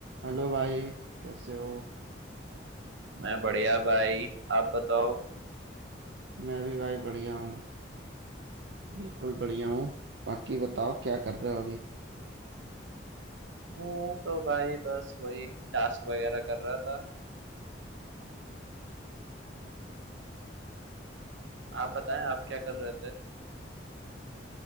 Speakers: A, on the right; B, on the right.
A: हेलो भाई कैसे हो
B: मैं बढ़िया भाई आप बताओ
A: मैं भी भाई बढ़िया हूँ बिल्कुल बढ़िया हूँ बाकी बताओ क्या कर रहे हो अभी
B: मैं तो भाई बस वही टास्क वगैरह कर रहा था आप बताएं आप क्या कर रहे थे